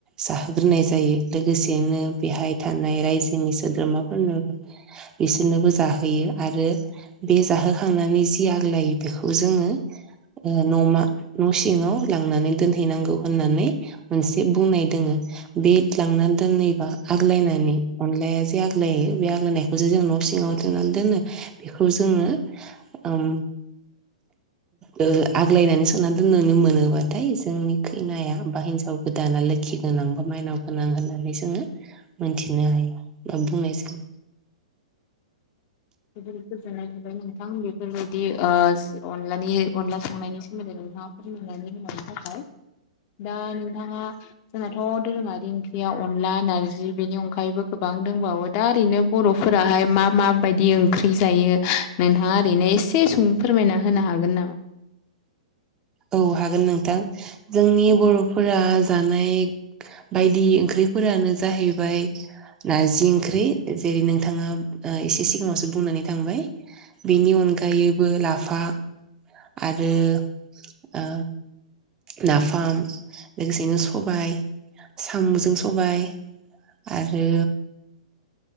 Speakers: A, on the right; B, on the left.
A: जाहोग्रोनाय जायो। लोगोसेनो बेहाय थानाय रायजोनि सोद्रोमाफोरनो बिसोरनोबो जाहोयो आरो बे जाहोखांनानै जि आग्लायो बेखौ जोङो ओ न'मा न' सिङाव लांनानै दोनहैनांगौ होननानै मोनसे बुंनाय दोङो। बे लांनानै दोनैबा आग्लायनानै अनलाया जे आग्लायो बे आग्लायनायखौ जो जों न' नसिङाव दोननानै दोनो बेखौ जोङो ओम ओ आग्लायनानै सोननानै दोननो मोनोबाथाय जोंनि खैनाया बा हिनजाव गोदाना लोखि गोनां बा माइनाव गोनां होननानै जोङो मोनथिनो हायो बा बुंनाय जायो। <inaudible>
B: जोबोद गोजोननाय थाबाय नोंथां बेफोरबायदि ओ अनलानि अनला संनायनि सोमोन्दै <unintelligible> दा नोंथाङा जोंनाथ' दोरोङारि ओंख्रिया अनला नारजि बेनि अनगायैबो गोबां बां दंबावो दा ओरैनो बर'फोराहाय मा मा बायदि ओंख्रि जायो नोंथाङा ओरैनो एसे संनो फोरमायना होनो हागोन नामा?
A: औ
B: जेनेबा
A: हागोन नोंथां। जोंनि
B: औ
A: बर' फोरा जानाय बायदि ओंख्रिफोरानो जाहैबाय नारजि ओंख्रि जेरै नोंथाङा ओ एसे सिगाङावसो बुंनानै थांबाय बेनि
B: औ
A: अनगायैबो लाफा आरो
B: औ
A: ओ नाफाम लोगोसेनो सबाय साम'जों सबाय। आरो